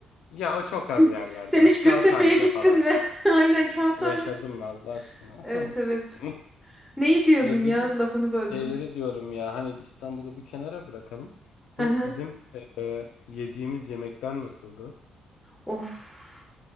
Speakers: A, on the left; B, in the centre.
A: Ya o çok az yerlerde.
B: <laughs> Sen hiç Gültepe'ye
A: Kağıthanede
B: gittin
A: falan.
B: mi? <laughs> Aynen kağıthane.
A: Yaşadım ben Allah aşkına.
B: Evet evet.
A: <laughs>
B: Neyi diyordun
A: Yediğimiz
B: ya? Lafını böldüm.
A: şeyleri diyorum ya hani İstanbul'u bir kenara bırakalım.
B: Hı
A: Bu
B: hı.
A: bizim e, yediğimiz yemekler nasıldı?
B: Of.